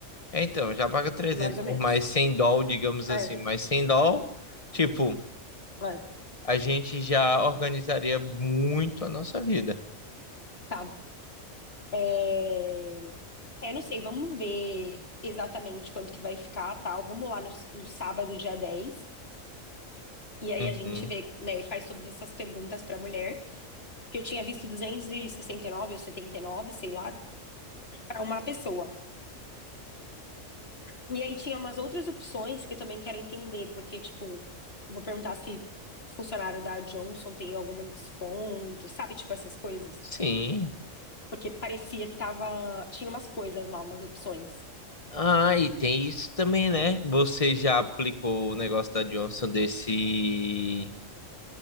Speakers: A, on the left; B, on the left.
A: é, então, já paga trezentos
B: mais ou
A: por
B: menos.
A: mais 100 doll, digamos
B: É,
A: assim. Mais 100 doll, tipo,
B: é,
A: a gente já organizaria muito a nossa vida.
B: tá. É, é, não sei, vamos ver exatamente quanto que vai ficar, tal. Vamos lá no, no sábado, dia dez E aí
A: Uhum.
B: a gente vê, né, e faz todas essas perguntas pra mulher, que eu tinha visto duzentos e e sessenta e nove ou 79, sei lá, pra uma pessoa. E aí tinha umas outras opções que eu também quero entender, porque, tipo, eu vou perguntar se funcionário da Johnson tem algum desconto, sabe? Tipo, essas coisas.
A: Sim.
B: Porque parecia que tava. Tinha umas coisas lá, umas opções.
A: Ah, e tem isso também, né? Você já aplicou o negócio da Johnson desse,